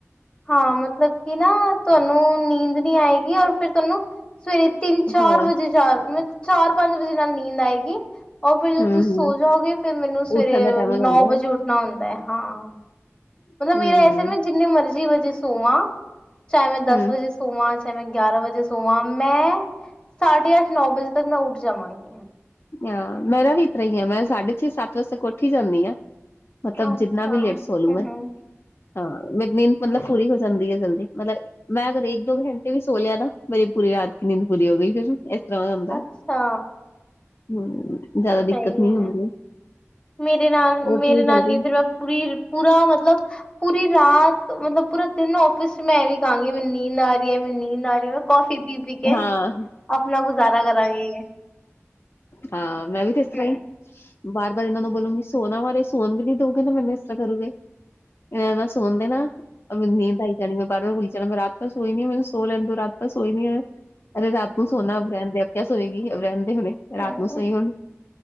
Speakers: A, on the left (about 20°); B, on the left (about 50°).
A: ਹਾਂ ਮਤਲਬ ਕਿ ਨਾ ਤੁਹਾਨੂੰ ਨੀਂਦ ਨਹੀਂ ਆਏਗੀ ਔਰ ਫਿਰ ਤੁਹਾਨੂੰ ਸਵੇਰੇ ਤਿੰਨ
B: ਤੇ
A: ਚਾਰ
B: ਹਾਂ
A: ਵਜੇ ਜਾ ਮਤਲਬ ਚਾਰ ਪੰਜ ਵਜੇ ਨਾਲ ਨੀਂਦ ਆਏਗੀ। ਉਹ ਫਿਰ ਜਦੋਂ
B: ਹੂੰ
A: ਤੁਸੀਂ
B: ਹੂੰ
A: ਸੋ ਜਾਓਗੇ ਫਿਰ ਮੈਨੂੰ ਸਵੇਰੇ
B: ਉੱਠਣ ਦਾ ਟਾਈਮ ਹੋ
A: ਨੌ
B: ਜਾਂਦਾ
A: ਵਜੇ ਉੱਠਣਾ ਹੁੰਦਾ ਹੈ ਹਾਂ।
B: ਫਿਰ
A: ਮਤਲਬ ਮੇਰਾ
B: ਹੂੰ
A: ਐਸੇ ਮੈਂ ਜਿੰਨੇ ਮਰਜ਼ੀ ਵਜੇ ਸੋਵਾਂ ਚਾਹੇ ਮੈਂ ਦਸ
B: ਹੂੰ
A: ਵਜੇ ਸੋ ਸੋਵਾਂ ਚਾਹੇ ਮੈਂ ਗਿਆਰਾਂ ਵਜੇ ਸੋਵਾਂ ਮੈਂ ਸਾਢੇ ਅੱਠ ਨੌ ਵਜੇ ਤੱਕ ਮੈਂ ਉੱਠ ਜਾਵਾਂਗੀ।
B: ਹਾਂ ਮੇਰਾ ਵੀ ਇ ਤਰਾਂ ਹੀ ਆ ਮੈਂ ਸਾਢੇ ਛੇ ਸੱਤ ਵਜੇ ਤੱਕ ਉਠ ਈ ਜਾਂਦੀ ਹਾਂ। ਮਤਲਬ
A: ਅੱਛਾ
B: ਜਿਤਨਾ ਵੀ ਲੇਟ ਸੋ ਲੂੰ
A: ਹੂੰ
B: ਮੈਂ
A: ਹੂੰ
B: ਹਾਂ ਮੇਰੀ ਨੀਂਦ ਮਤਲਬ ਪੂਰੀ ਹੋ ਜਾਂਦੀ ਹੈ ਜਲਦੀ ਮਤਲਬ ਮੈਂ ਅਗਰ ਇੱਕ ਦੋ ਘੰਟੇ ਵੀ ਸੋ ਲਿਆ ਨਾ ਮੇਰੀ ਪੂਰੀ ਰਾਤ ਕਿ ਨੀਂਦ ਪੂਰੀ ਹੋ ਗਈ ਫਿਰ ਇਸ ਤਰ੍ਹਾਂ ਹੁੰਦਾ
A: ਅੱਛਾ
B: <inaudible> ਹੂੰ ਜ਼ਿਆਦਾ
A: ਸਹੀ
B: ਦਿੱਕਤ ਨਹੀਂ
A: ਹੈ
B: ਹੁੰਦੀ
A: ਮੇਰੇ ਨਾਲ
B: ਉੱਠ
A: ਮੇਰੇ
B: ਵੀ
A: ਨਾਲ
B: ਜਲਦੀ
A: ਨ ਫਿਰ ਮੈਂ ਪੂਰੀ ਪੂਰਾ ਮਤਲਬ ਪੂਰੀ ਰਾਤ ਮਤਲਬ ਪੂਰਾ ਦਿਨ ਔਫਿਸ 'ਚ ਮੈਂ ਐ ਵੀਂ ਕਹਾਂਗੀ ਮੈਨੂੰ ਨੀਂਦ ਆ ਰਹੀ ਹੈ- ਮੈਨੂੰ ਨੀਂਦ ਆ ਰਹੀ ਹੈ। ਕੌਫੀ ਪੀ- ਪੀ ਕੇ
B: ਹਾਂ
A: ਆਪਣਾ ਗੁਜ਼ਾਰਾ ਕਰਾਂਗੀ।
B: ਹਾਂ ਮੈਂ ਵੀ ਤੇ ਇਸ ਤਰ੍ਹਾਂ
A: ਹਮ
B: ਹੀ <inaudible> ਬਾਰ- ਬਾਰ ਇਹਨਾਂ ਨੂੰ ਬੋਲੂਗੀ ਸੋਨਾ ਬਾਰੇ ਸੋਨ ਵੀ ਨੀ ਦਊਗੇ ਨਾ ਮੈਨੂੰ ਇਸ ਤਰ੍ਹਾਂ ਕਰੂਗੇ ਇਹਨਾਂ ਦਾ ਸੌਣਦੇ ਨਾ ਮੈਨੂੰ ਨੀਂਦ ਆਈ ਜਾਣੀ ਮੈਂ ਬਾਰ ਬੋਲੀ ਜਾਣਾ ਮੈਂ ਰਾਤ ਪਾ ਸੋਈ ਨੀ ਮੈਨੂੰ ਸੌ ਲੈਣ ਦੋ ਰਾਤ ਬਾਰ ਸੋਈ ਨਹੀ ਅਰੇ ਰਾਤ ਨੂੰ ਸੋਨਾ ਰਹਿੰਦੇ ਅਭ ਰਹਿਣ ਦੇ ਅਭ ਕਿਆ ਸੋਏਗੀ ਅ ਰਹਿੰਦੇ ਏ। <unintelligible> ਰਾਤ
A: ਹਮ
B: ਨੂੰ ਸੌਹੀਉ ਹੁਣ